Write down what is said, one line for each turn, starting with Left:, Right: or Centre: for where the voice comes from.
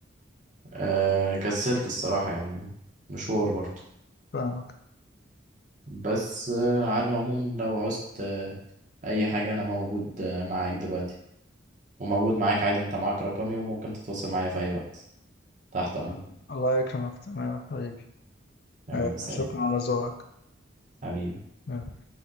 Right: آه، كسلت الصراحة يعني مشوار برضو
Left: فاهمك
Right: بس آه، على العموم لو عوزت آه، اي حاجة انا موجود آه، معاك دلوقتي وموجود معاك عادي انت معاك رقمي وممكن تتواصل معايا في اي وقت تحت امرك
Left: آه. الله يكرمك تمام يا حبيبي
Right: حبيبي
Left: آه،
Right: سلام
Left: شكرا على ذوقك
Right: حبيبي
Left: آه.